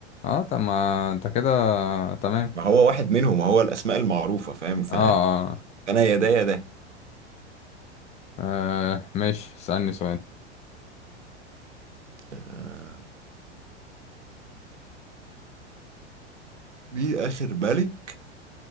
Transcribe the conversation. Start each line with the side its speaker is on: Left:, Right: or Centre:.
Left: اه طب ما انت كده تمام
Right: ما هو واحد منهم هو الاسماء المعروفة فاهم فانا
Left: اه اه
Right: يا ده يا ده
Left: آه، ماشي اسألني سؤال
Right: آه، مين آخر ملك